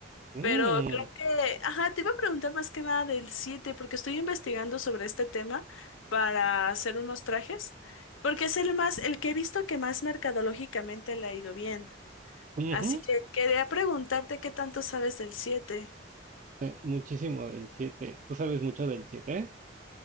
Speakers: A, on the right; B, on the left.
A: Mm,
B: Pero creo que, ajá, te iba a preguntar más que nada del 7 porque estoy investigando sobre este tema para hacer unos trajes, porque es el más, el que he visto que más mercadológicamente le ha ido bien.
A: ujú.
B: Así que quería preguntarte qué tanto sabes del siete
A: Sí, muchísimo del siete ¿Tú sabes mucho del siete